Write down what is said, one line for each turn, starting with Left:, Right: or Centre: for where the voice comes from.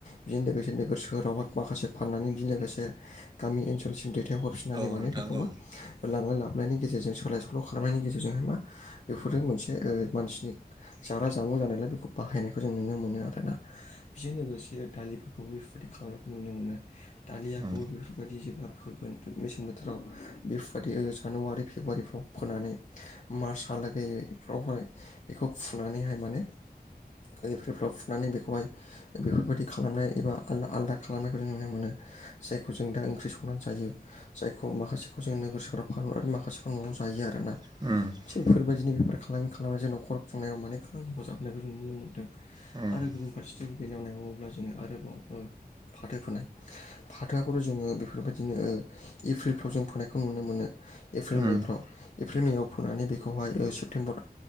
Left: बेजों लोगोसे नोगोर सोहोरावहाय माखासे फाननानै बेजों लोगोसे गामि ओनसोलसिम दैथाय हरफिननानै
Right: औ
Left: माने
Right: नोंथां
Left: बेखौ मा?
Right: औ
Left: लांलाय लाबलायनि गेजेरजों सोलाय सोल' खालामनायनि गेजेरजोंहाय मा? बेफोरो मोनसे मानसिनि जाग्रा जामुं जानायलाय बेखौ बाहायनायखौ जों नुनो मोनो आरो ना। बेजों लोगोसे दालिफोरखौबो बेफोरबायदि खालामनायखौ नुनो मोनो। दालियाखौबो
Right: उम
Left: बेफोरबायदि जेब्ला फोगोन मेसें बोथोराव बेफोरबायदि जानुवारि फेब्रुवारिफ्राव फोनानै मारसाल गैयैफ्रावहाय बेखौ फुनानैहाय माने गैफोरफ्राव फुनानै बेखौहाय बेफोरबायाददि खालामनाय एबा आलदा आलदा खालामनायखौ जों नुनो मोनो। जायखौ जों दा ओंख्रि संनानै जायो। जायखौ माखासेखौ जोंङ नोगोर सहाव फानर आरो माखासेफ न'आव जायो आरोना।
Right: <unintelligible>
Left: बेफोरबायदिनो बेफार खालामै खालामनानै ज न'खर खुंनायाव माने खामानििखौजाबनायखौ जों नुनो मोन्दों।
Right: उम
Left: आरो गुबुन फारसेथिं बेलायाव नायबावोब्ला जोङो आरोबाव ओ फाथो फोनाय फाथोआखौथ' जोङो बेफोरबायदिनो एप्रिलफ्राव जों फोननायखौ नुनो मोनो एप्रिल
Right: उम
Left: मेफ्राव। एप्रिल मेआव फोंनानै बेखौहाय सेप्तेम्बर